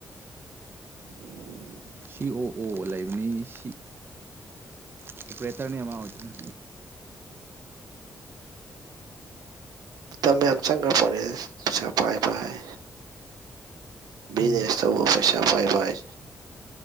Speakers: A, on the right; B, on the right.
A: <inaudible>
B: ꯁꯤ ꯑꯣ ꯑꯣ ꯂꯩꯕꯅꯤ ꯁꯤ ꯑꯣꯄꯔꯦꯇꯔꯅꯦ ꯃꯥ ꯑꯣꯏꯗꯨꯅ
A: ꯇꯝ ꯌꯥꯝ ꯆꯪꯈ꯭ꯔꯄꯣꯠꯅꯤ ꯄꯥꯁꯥ ꯄꯥꯏꯕ ꯍꯥꯏ ꯕꯤꯖꯤꯅꯦꯁ
B: ꯎꯝ
A: ꯇꯧꯕ ꯄꯩꯁꯥ ꯄꯥꯏꯕ ꯍꯥꯏꯁꯦ